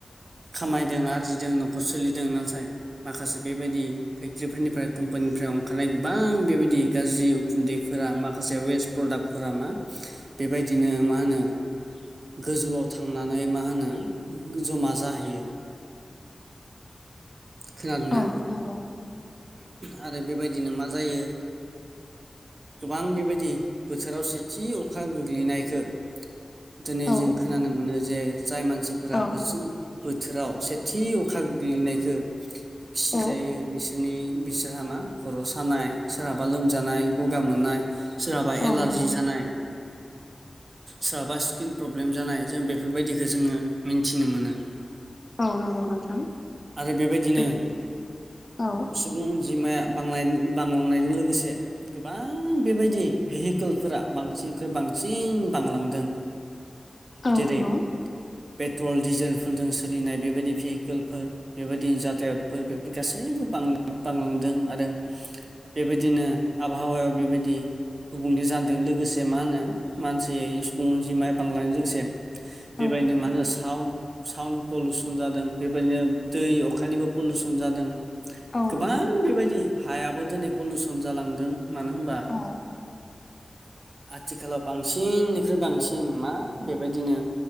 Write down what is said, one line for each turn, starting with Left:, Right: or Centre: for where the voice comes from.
Right: खामायदों आरजिदों न'खर सोलि दों नाथाय माखासे बेबायदि फेक्ट्रिफोरनिफ्राय कम्पानिनिफ्राय अंखारनाय गोबां बेबायदि गाज्रि उखुन्दैफोरा माखासे वेस्ट प्रडाक्टफोरा मा बेबायदिनो मा होनो गोजौआव थांनानै मा होनो जमा जाहैयो खोनादोंना
Left: औ नंग
Right: आरो बेबायदिनो मा जायो गोबां बेबायदि बोथोराव सेथि अखा गोग्लैनायखो दिनै
Left: औ
Right: जों खोनानो मोनो जे जाय मानसिफोरा
Left: औ
Right: बोसो बोथोराव से थि अखा गोग्लैनायखो सिजायो
Left: औ
Right: बिसिनि बिसोरहा मा खर' सानाय सोरहाबा लोमजानाय गगा मोननाय सोरहाबा
Left: औ
Right: एलार्जि
Left: नंगौ
Right: जानाय सोरहाबा स्किन प्रब्लेम जानाय जों बेफोरबायदिखौ जोङो मिनथिनो मोनो।
Left: औ नंगौ नोंथां
Right: आरो बेबायदिनो
Left: बे औ
Right: सुबुं अनजिमाया बांनाय बांलांनायजों लोगोसे गोबां बेबायदि भेहिकोलफोरा बांसिन ख्रुय बांसिन बांलांदों
Left: औ
Right: जेरै
Left: नंगौ
Right: पेट्रल डिजेलफोरजों सोलिनाय बेबादि भेहिकेलफोर बेबायदि जाथायतफोर बेफोर गासैबो आं बांलांदों आरो हो बेबादिनो आबहावायाव बेबादि गुबुंले जदों लोगोसे मा होनो मानसियै सुबुं अनजिमाया बांलांनायजों <unintelligible> से बेबायनो
Left: औ
Right: मानो साउन्ड साउड पलुसन जादों बेबायदिनो दै अखानिबो पलुसन जादों।
Left: औ
Right: गोबां
Left: नंगौ
Right: बेबायदि हायाबो दिनै पलुसन जालांदों मानो होमबा
Left: औ
Right: आथिखालाव बांसिननिख्रुइ बांसिन मा बेबायदिनो